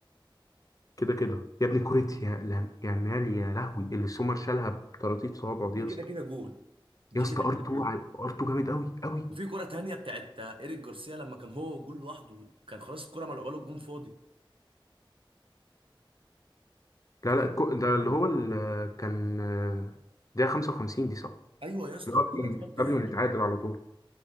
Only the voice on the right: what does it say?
دي
كده
كده جون دي
كده
كده
جون
وفي كرة تانية بتاعت ايريك جارسيا لما كان هو والجول لوحده كان خلاص الكرة ملعوبة له الجون فاضي
فاكر
ايوه يا اسطى
الكرة
دي ما تضيعش